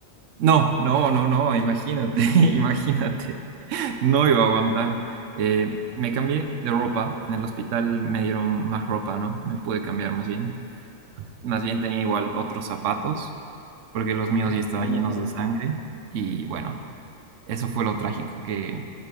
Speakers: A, on the right (about 85°); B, on the left (about 75°).
A: No, no, no, no, imagínate, <laughs> imagínate, no iba a aguantar. Eh, me cambié de ropa, en el hospital me dieron más ropa, ¿no? Me pude cambiar más bien. Más bien tenía igual otros zapatos, porque los míos
B: Ah,
A: ya estaban
B: menos
A: llenos
B: mal.
A: de sangre. Y bueno, eso fue lo trágico, que,